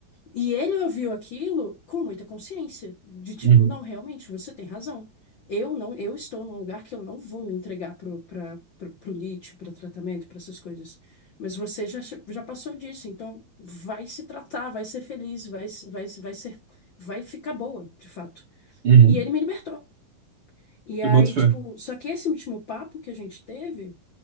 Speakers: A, on the left (about 80°); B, on the right (about 40°).
A: E ele ouviu aquilo com muita consciência, de tipo,
B: Uhum.
A: não, realmente, você tem razão. Eu não, eu estou num lugar que eu não vou me entregar pro, pra, pro, pro lítio, para tratamento, para essas coisas. Mas você já, che- já passou disso, então vai se tratar, vai ser feliz, vai, se- vai, se- vai ser, vai ficar boa, de fato.
B: Uhum.
A: E ele me libertou. E
B: Eu
A: aí,
B: boto fé.
A: tipo, só que esse último papo que a gente teve,